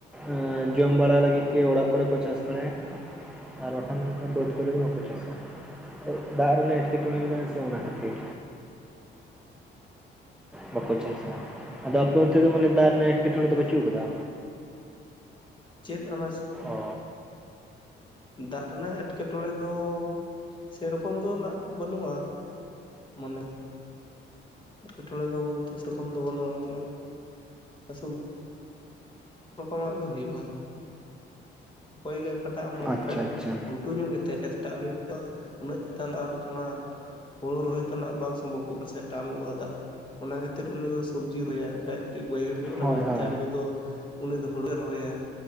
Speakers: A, in the centre; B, on the left (about 25°).
A: ᱟᱹ ᱡᱚᱢ ᱵᱟᱲᱟ ᱞᱟᱹᱜᱤᱫ ᱜᱮ ᱚᱲᱟᱜ ᱠᱚᱨᱮ ᱠᱚ ᱪᱟᱥ ᱵᱟᱲᱟᱭᱟ ᱾ ᱟᱨ ᱵᱟᱠᱷᱟᱱ ᱚᱱᱠᱟ ᱵᱟᱹᱫᱽ ᱠᱚᱨᱮ ᱫᱚ ᱵᱟᱠᱚ ᱪᱟᱥᱟ ᱫᱟᱜ ᱨᱮᱱᱟᱜ ᱮᱸᱴᱠᱮᱴᱚᱬᱮ ᱢᱮᱱᱟᱜᱼᱟ ᱥᱮ ᱚᱱᱟ ᱠᱷᱟᱹᱛᱤᱨ? ᱵᱟᱠᱚ ᱪᱟᱥᱟ ᱟᱫᱚ ᱟᱯᱮ ᱚᱱᱛᱮ ᱫᱚ ᱢᱟᱱᱮ ᱫᱟᱜ ᱨᱮᱱᱟᱜ ᱮᱸᱴᱠᱮᱴᱚᱬᱮ
B: ᱦᱳᱭ
A: ᱫᱚ ᱵᱟᱪᱩᱜ ᱟᱠᱟᱫᱟ?
B: ᱪᱮᱫ ᱚᱱᱟ
A: ᱚ
B: ᱫᱟᱜ ᱨᱮᱱᱟᱜ ᱮᱸᱴᱠᱮᱴᱚᱬᱮ ᱫᱚ ᱥᱮᱨᱚᱠᱚᱢ ᱫᱚ ᱱᱟᱹᱜ ᱵᱟᱹᱱᱩᱜᱼᱟ ᱾ ᱢᱟᱱᱮ ᱮᱸᱴᱠᱮᱴᱚᱬᱮ ᱫᱚ ᱵᱚᱞᱛᱮ ᱥᱮᱨᱚᱠᱚᱢ ᱫᱚ ᱵᱟᱹᱱᱩᱜᱼᱟ ᱾ <inaudible> ᱨᱚᱠᱚᱢᱟᱜ ᱜᱮ ᱦᱩᱭᱩᱜᱼᱟ ᱾ ᱦᱩᱭ ᱜᱮ ᱟᱠᱟᱴᱟᱜ <unintelligible>
A: ᱟᱪᱪᱷᱟ ᱟᱪᱪᱷᱟ
B: ᱴᱩ ᱧᱚᱜ ᱜᱮᱛᱟᱭᱟ ᱠᱷᱮᱛᱴᱟᱜ ᱱᱤᱛᱚᱜ ᱩᱱᱟᱹᱜ ᱪᱮᱛᱟᱱ ᱫᱚ ᱟᱨ ᱢᱟ ᱦᱩᱲᱩ ᱨᱚᱦᱚᱭ ᱛᱚᱱᱟᱜ ᱵᱟᱝ ᱥᱚᱢᱵᱷᱚᱵᱚᱜ-ᱟ ᱥᱮ ᱴᱟᱱ ᱜᱚᱫ ᱫᱟᱜ ᱚᱱᱟ ᱠᱷᱟᱹᱛᱤᱨ ᱩᱱᱤ ᱫᱚ ᱥᱚᱵᱽᱡᱤ ᱨᱚᱦᱚᱭᱟᱭ ᱚᱠᱚᱭᱟᱜ ᱴᱤᱡ ᱵᱟᱹᱭᱦᱟᱹᱲ ᱧᱚᱜ ᱨᱮ
A: ᱦᱳᱭ
B: ᱢᱮᱱᱟᱜ
A: ᱦᱳᱭ
B: ᱛᱟᱭᱟ ᱩᱱᱤ ᱫᱚ ᱩᱱᱤ ᱫᱚ ᱦᱳᱲᱳᱭ ᱨᱚᱦᱚᱭᱟᱭ